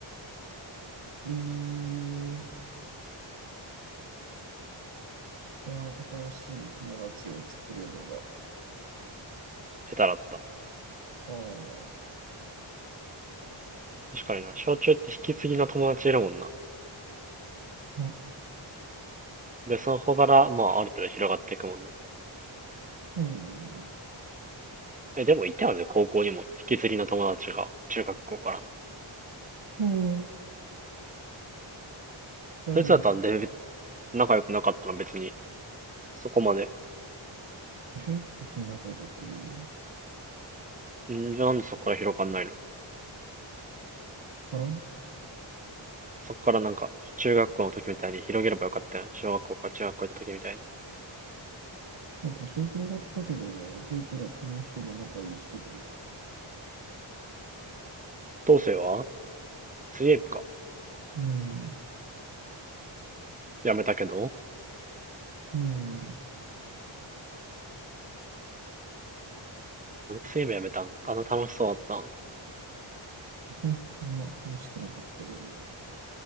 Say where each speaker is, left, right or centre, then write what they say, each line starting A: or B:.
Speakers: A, on the right; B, on the right.
A: いい、いや、新しい友達を作るのが。
B: 下手だった。
A: ああ、
B: 確かにな、小中って引き継ぎの友達いるもんな。
A: な、
B: で、そこから、まあ、ある程度広がっていくもんね。
A: そうなんだよ。
B: え、でもいたよね、高校にも。引き継ぎの友達が、中学校からの。
A: うん。だよ。
B: そいつだったら、で、仲良くなかったの別に。そこまで。
A: え、別に仲良かったけど。
B: んじゃあなんでそこから広がんないの
A: から
B: そこからなんか、中学校の時みたいに広げればよかったやん。小学校から中学校行った時みたいに。
A: まあ、多少広がったけどね、そいつらその人と仲いい人と。
B: どうせは水泳部か。
A: うん、
B: やめたけど
A: うん。
B: 何水泳部やめたんあの楽しそうだったのに。
A: へ、まあ、楽しくなかったけど。